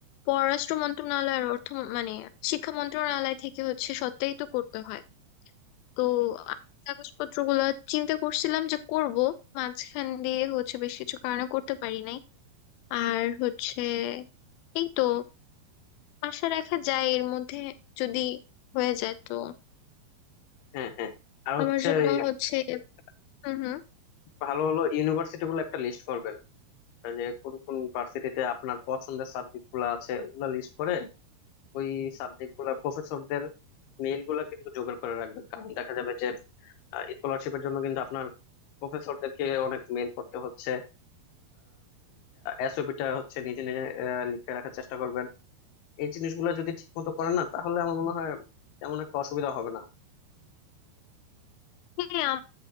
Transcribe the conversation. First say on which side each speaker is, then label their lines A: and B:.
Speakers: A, on the left; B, on the left.
A: পররাষ্ট্র মন্ত্রণালয় আর অর্থ মন- মানে শিক্ষা মন্ত্রণালয় থেকে হচ্ছে সত্যায়িত করতে হয় তো আমি কাগজপত্রগুলো চিন্তা করছিলাম যে করব মাঝখান দিয়ে হচ্ছে বেশ কিছু কারণে করতে পারি নাই আর হচ্ছে এই তো আশা রাখা যায় এর মধ্যে যদি হয়ে যায় তো
B: হ্যাঁ হ্যাঁ আর হচ্ছে
A: আমার জন্য
B: এই
A: আচ্ছা। হচ্ছে হুম হুম
B: ভালো ভালো ইউনিভার্সিটি গুলো একটা লিস্ট করবেন আর যে কোন কোন ভার্সিটিতে আপনার পছন্দের সাবজেক্ট গুলো আছে ওগুলা লিস্ট করে ওই সাবজেক্ট গুলা প্রফেসরদের মেইল গুলা কিন্তু জোগাড় করে রাখবেন কারণ দেখা যাবে যে স্কলারশিপের জন্য কিন্তু আপনার প্রফেসরদেরকে অনেক মেইল পড়তে হচ্ছে এসওপিটা হচ্ছে নিজে নিজে আহ, লিখে রাখার চেষ্টা করবেন এই জিনিসগুলো যদি ঠিক মতো করেন না তাহলে আমার মনে হয় তেমন একটা অসুবিধা হবে না
A: হ্যাঁ